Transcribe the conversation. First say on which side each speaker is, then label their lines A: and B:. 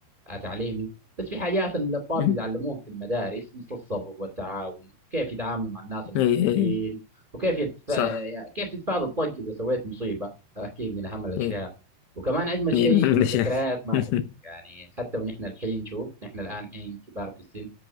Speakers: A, on the right; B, on the left.
A: آه، تعليمي بس في حاجات الأطفال
B: مم.
A: بيتعلموها في المدارس مثل الصبر والتعاون كيف يتعاملوا مع الناس المختلفين
B: ايه ايه
A: وكيف يدفع
B: صح
A: يعني كيف تتفادى الطق اذا سويت مصيبه اكيد من اهم الاشياء
B: ايه
A: وكمان اجمل شيء
B: ايه ما من
A: ان الذكريات
B: شاف
A: ما
B: <laughs>
A: تموت يعني حتى ونحن الحين شوف نحن الان حين كبار في السن